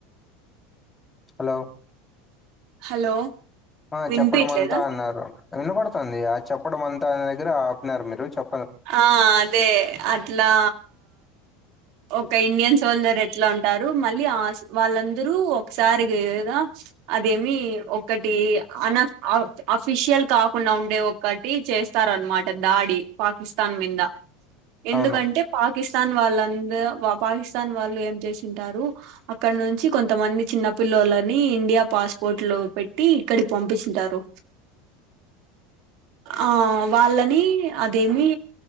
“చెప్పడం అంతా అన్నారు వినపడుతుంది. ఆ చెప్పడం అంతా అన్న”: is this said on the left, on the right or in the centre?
Left